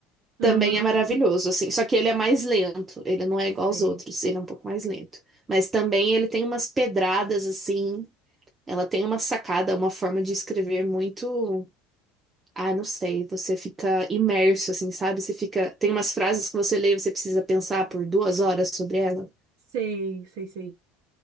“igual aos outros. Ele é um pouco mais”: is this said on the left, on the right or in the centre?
Right